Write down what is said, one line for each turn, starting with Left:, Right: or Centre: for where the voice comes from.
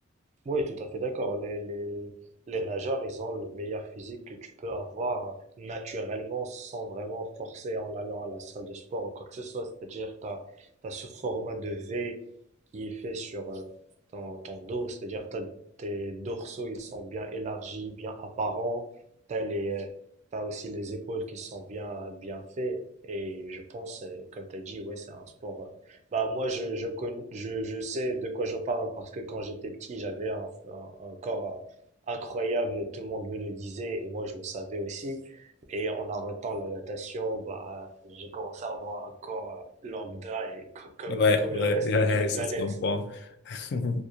Right: Oui, tout à fait d'accord. Les, les, les nageurs, ils ont le meilleur physique que tu peux avoir naturellement sans vraiment forcer en allant à la salle de sport ou quoi que ce soit. C'est-à-dire, tu as, ce format de V qui est fait sur euh, ton, ton dos. C'est-à-dire, t'as, tes dorsaux, ils sont bien élargis, bien apparents. T'as les, euh, t'as aussi les épaules qui sont bien, bien faites. Et je pense, euh, comme tu as dit, ouais, c'est un sport euh, bah moi je je, connais, je je sais de quoi je parle parce que quand j'étais petit j'avais un, un, un corps euh, incroyable et tout le monde me le disait et moi je le savais aussi et en arrêtant la natation bah j'ai commencé à avoir un corps euh, lambda et co- comme
Left: Ouais,
Right: comme
Left: ouais,
Right: le reste
Left: <laughs>
Right: de
Left: ouais,
Right: la planète
Left: ça se comprend. <laughs>